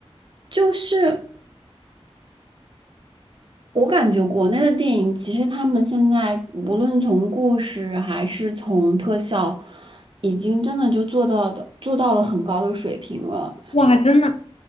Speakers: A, on the right; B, on the left.
A: 就是我感觉国内的电影，其实他们现在无论从故事还是从特效，已经真的就做到的做到了很高的水平了。
B: 哇，真的